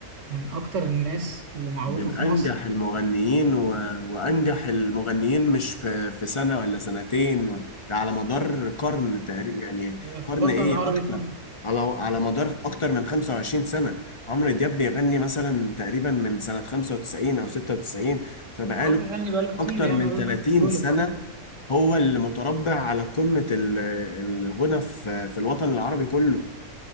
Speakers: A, on the right; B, on the left.
A: من اكتر الناس اللي معروفة
B: من
A: في
B: أنجح
A: مصر
B: المغنيين و... وأنجح المغنيين مش في في سنة ولا سنتين على مدار قرن تقريبا يعني
A: آه، في
B: قرن
A: الوطن
B: إيه
A: العربي
B: أكتر
A: كله
B: على على مدار أكتر من 25 سنة عمرو دياب بيغني مثلا تقريبا من سنة 95 أو 96 فبقاله
A: هو بيغني بقاله كتير
B: أكتر
A: يعني
B: من
A: من
B: 30
A: قبل ما يتولد
B: سنة هو اللي متربع على قمة ال- الغنى في في الوطن العربي كله